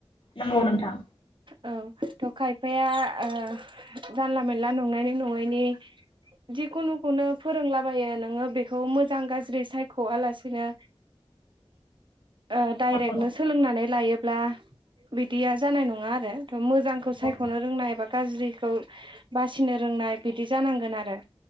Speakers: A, on the left; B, on the right.
A: नंगौ नोंथां।
B: औ थ' खायफाया ओ जानला मोनला नंनायनि नंयैनि जिखुनुखौनो फोरोंलाबायो नोङो बेखौ मोजां गाज्रि सायख'लासिनो
A: <inaudible>
B: ओ डाइरेक्टनो
A: नंगौ
B: सोलोंनानै लायोब्ला बिदिया जानाय नङा आरो' मोजांखौ
A: नंगौ
B: सायख'नो रोंनाय एबा गाज्रि खौ बासिनो रोंनाय बिदि जानांगोन आरो।